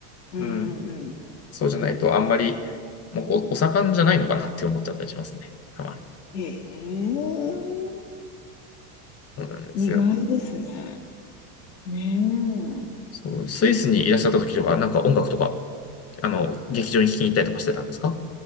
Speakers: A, on the left; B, on the left.
A: うん、
B: うん。
A: うん、うん。
B: そうじゃないとあんまり、もうおお盛んじゃないのかなって思っちゃったりしますね。たまに。
A: ええ
B: そうなんですよ。
A: 意外ですね。ねえ。
B: そう、スイスにいらっしゃった時とか、なんか音楽とか、あの、劇場に聴きに行ったりとかしてたんですか